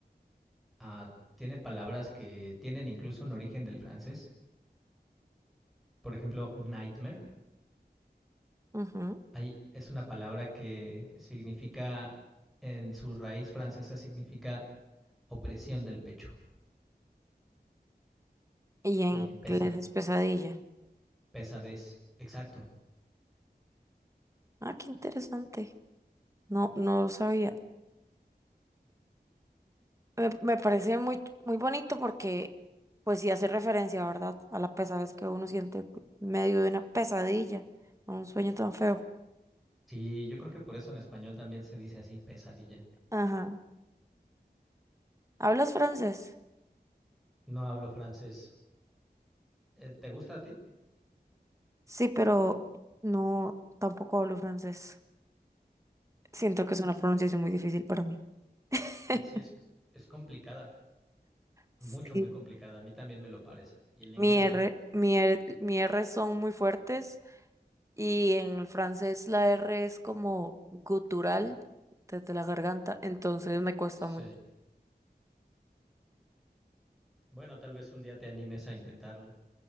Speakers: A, in the centre; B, on the right.
A: ah, tiene palabras que tienen incluso un origen del francés. Por ejemplo, nightmare.
B: Ujú.
A: Hay, es una palabra que significa, en su raíz francesa, significa opresión del pecho,
B: Y en
A: eh, pesa-
B: inglés es pesadilla.
A: pesadez. Exacto.
B: Ah, qué interesante. No, no lo sabía. Me, me parece muy, muy bonito porque, pues sí hace referencia, ¿verdad? A la pesadez que uno siente en medio de una pesadilla, un sueño tan feo.
A: Sí, yo creo que por eso en español también se dice así, pesadilla.
B: Ajá. ¿Hablas francés?
A: No hablo francés. Eh, ¿te gusta a ti?
B: Sí, pero no, tampoco hablo francés. Siento que es una pronunciación muy difícil para mí. <laughs>
A: Ay, sí, es, es complicada.
B: Sí,
A: Mucho, muy complicada. A mí también me lo parece. Y el inglés
B: mi R,
A: no.
B: mi R, mi R son muy fuertes Y en el francés la R es como gutural desde la garganta, entonces me cuesta
A: Sí.
B: mucho.
A: Bueno, tal vez un día te animes a intentarlo.